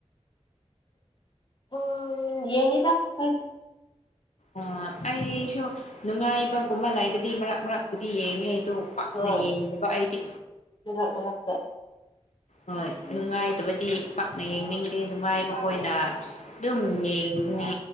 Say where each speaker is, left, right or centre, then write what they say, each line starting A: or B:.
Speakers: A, on the left (about 40°); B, on the left (about 85°).
A: ꯑꯣ ꯌꯦꯉꯤꯗ ꯍꯣꯏ
B: ꯑ ꯑꯩꯁꯨ ꯅꯨꯡꯉꯥꯏꯕꯒꯨꯝꯕ ꯂꯩꯔꯗꯤ ꯃꯔꯛ ꯃꯔꯛꯄꯨꯗꯤ ꯌꯦꯡꯉꯦ ꯑꯗꯨ ꯄꯥꯛꯅ
A: ꯍꯣꯏ
B: ꯌꯦꯡꯗꯕ ꯑꯩꯗꯤ
A: ꯃꯔꯛ ꯃꯔꯛꯇ
B: ꯍꯣꯏ ꯅꯨꯡꯉꯥꯏꯇꯕꯗꯤ ꯄꯥꯛꯅ ꯌꯦꯡꯅꯤꯡꯗꯦ ꯅꯨꯡꯉꯥꯏꯕ ꯑꯣꯏꯅ ꯑꯗꯨꯝ ꯌꯦꯡꯕꯅꯦ꯫